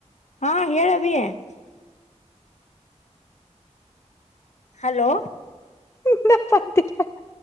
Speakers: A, on the left; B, on the left.
A: ಹಾ ಹೇಳ ಅವ್ವಿ? <unintelligible> ಹಲೋ? <unintelligible>
B: ಇನ್ನ ಪತ್ತೆ ಇಲ್ಲ <unintelligible>